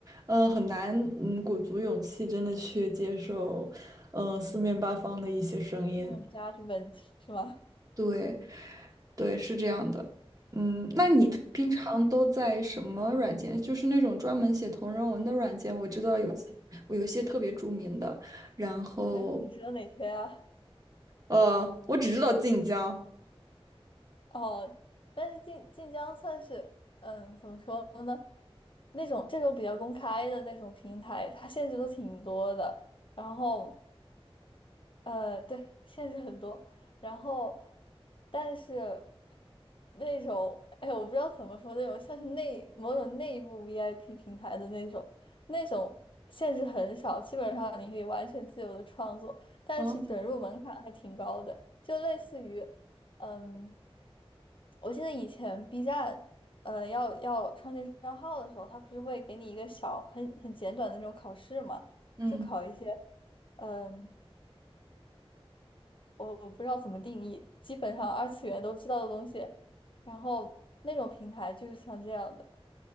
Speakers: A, on the right; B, on the left.
A: 嗯，很难，嗯，鼓足勇气真的去接受，嗯，四面八方的一些声音。
B: 那 adjustment 是吗？
A: 对，对，是这样的。嗯，那你平常都在什么软件？就是那种专门写同人文的软件，我知道有些我有一些特别著名的。然后，
B: <laughs> 哎，你知道哪些啊？
A: 呃，我只知道晋江。
B: 哦，但是晋晋江算是，嗯，怎么说呢？那种这种比较公开的那种平台，它限制都挺多的。然后呃，对，限制很多。然后，但是那种，哎，我不知道怎么说，那种像是内某种内部 VIP 平台的那种，那种限制很少，基本上你可以完全自由的创作，但是准入门槛还挺高的，
A: 哦，
B: 就类似于，嗯，我记得以前 B 站，呃，要要创建账号的时候，它不是会给你一个小很很简短的那种考试嘛，
A: 嗯。
B: 就考一些。嗯，我不知道怎么定义，基本上二次元都知道的东西，然后那种平台就是像这样的，